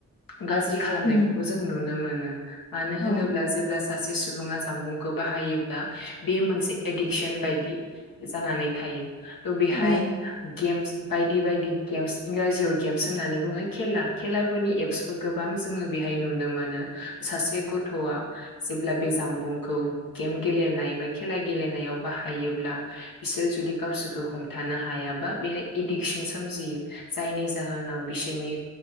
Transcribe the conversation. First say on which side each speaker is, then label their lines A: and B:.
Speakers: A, on the left; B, on the left.
A: गाज्रि खालामनायखौबो
B: उम
A: जों नुनो मोनो मानो होनोब्ला
B: औ
A: जेब्ला सासे सुबुङा जामबुंखौ बाहायो बे मोनसे एडिक्सन बायदि जानानै थायो थ' बेहाय
B: औ
A: गेम्स बायदि बायदि गेम्स इंराजियाव गेम्स होननानै बुङो खेला खेलाफोरनि एपसबो गोबां जोङो बेहाय नुनो मोनो सासे गथ'आ जेब्ला बे जामबुंखौ गेम गेलेनाय बा खेला गेलेनायाव बाहायोब्ला बिसोर जुदि गावसोर खौ हमथानो हायाबा बेहाय एडिक्सन सोमजियो जायनि जाहोनाव बिसोरनि